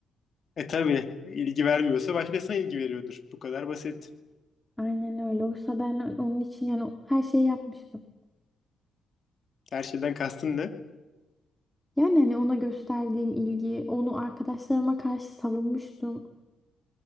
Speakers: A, on the left; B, in the centre.
A: E tabii ilgi vermiyorsa başkasına ilgi veriyordur. Bu kadar basit.
B: Aynen öyle. Oysa ben onun için yani her şeyi yapmıştım.
A: Her şeyden kastın ne?
B: Yani hani ona gösterdiğim ilgi, onu arkadaşlarıma karşı savunmuştum.